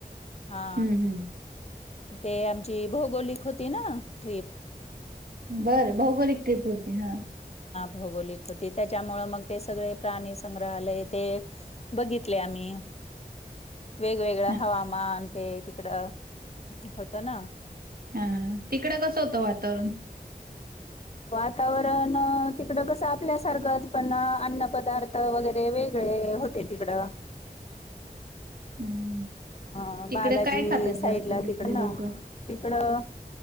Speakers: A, on the left; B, on the right.
A: हा
B: हम्म हम्म
A: ते आमची भौगोलिक होती ना ट्रीप
B: बरं भौगोलिक ट्रिप होती हा
A: भौगोलिक होती त्याच्यामु मग ते सगळे प्राणी संग्रहालय ते बघितले आम्ही
B: <inaudible>
A: वेगवेगळं
B: हा
A: हवामान ते तिकडं होतं ना
B: हा तिकडं कसं होतं वातावरण?
A: वातावरण तिकडं कसं आपल्यासारखंच पण अन्न पदार्थ वगैरे वेगळे होते तिकडं
B: <inaudible> हम्म
A: अ
B: तिकडे
A: बालाजी
B: काय खातात जास्त
A: साइड ला
B: तिथले
A: तिकड ना
B: लोक?
A: तिकडं